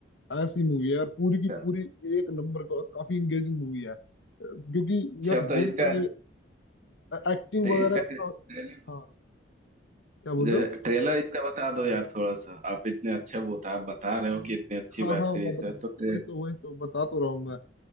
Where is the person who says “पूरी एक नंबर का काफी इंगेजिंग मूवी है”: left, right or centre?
Left